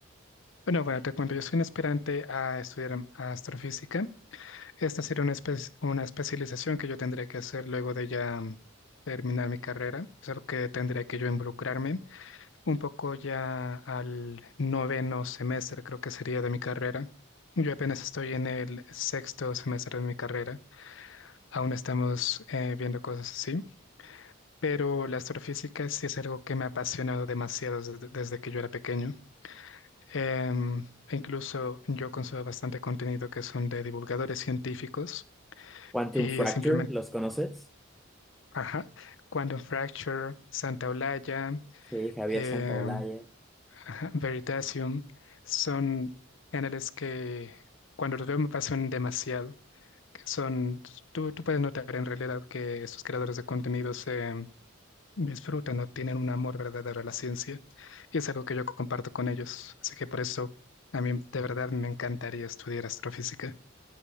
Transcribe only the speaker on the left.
Bueno, bueno, te cuento, yo soy un aspirante a estudiar am- astrofísica. Esta sería una, espe- una especialización que yo tendría que hacer luego de ya mm, terminar mi carrera. Es algo que tendría que yo involucrarme un poco ya al noveno semestre, creo que sería de mi carrera. Yo apenas estoy en el sexto semestre de mi carrera. Aún estamos eh, viendo cosas así. pero la astrofísica sí es algo que me ha apasionado demasiado desde, desde que yo era pequeño. Em, e incluso yo consumo bastante contenido que son de divulgadores científicos
y
simplemente,
ajá, Quantum Fracture, Santa Olaya,
em,
ajá, Veritasium, son canales que cuando los veo me pasan demasiado. que Son, tú, tú puedes notar en realidad que estos creadores de contenidos disfrutan o tienen un amor verdadero a la ciencia y es algo que yo comparto con ellos. Así que por eso a mí de verdad me encantaría estudiar astrofísica.